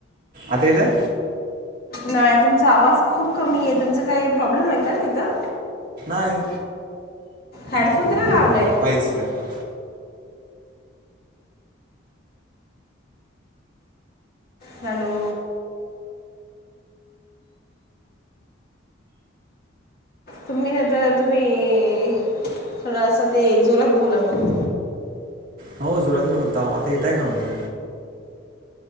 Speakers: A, on the right; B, on the left.
A: अता येतोय.
B: नाय तुमचा आवाज खूप कमी ये तुमच काही प्रॉब्लेम आहे का तिथं.
A: हाय
B: हेडफोन तर नाय लावलयं.
A: Second
B: hello. तुम्ही ना तर तुम्ही थोडासा ते जोरात बोला मग.
A: हो जोरातचं बोलताव आता येतयं का म्हणलं.